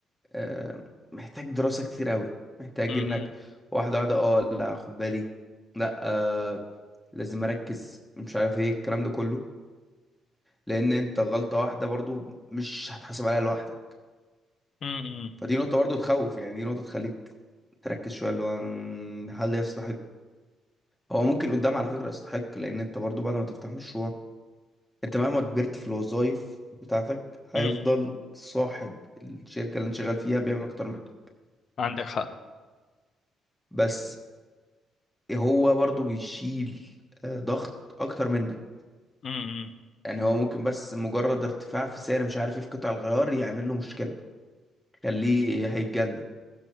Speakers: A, in the centre; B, on the left.
A: آه محتاج دراسه كتير قوي محتاج
B: امم
A: انك واحده واحده اه لا خد بالي لا آه لازم اركز مش عارف ايه الكلام ده كله لان انت غلطة واحدة برضو مش هتحاسب عليها لوحدك
B: امم
A: فدي نقطة برضو تخوف يعني دي نقطة تخليك تركز شوية اللي هو ن- هل يستحق هو ممكن قدام على فكرة يستحق لان انت برضو بعد ما تفتح مشروع انت مهما كبرت في الوظائف بتاعتك هيفضل
B: امم
A: صاحب الشركة اللي انت شغال فيها بيعمل اكتر منك
B: عندك حق
A: بس هو برضو بيشيل آه، ضغط اكتر منك
B: امم
A: يعني هو ممكن بس مجرد ارتفاع في سعر مش عارف ايه في قطع الغيار يعمل له مشكلة يخليه هيتجنن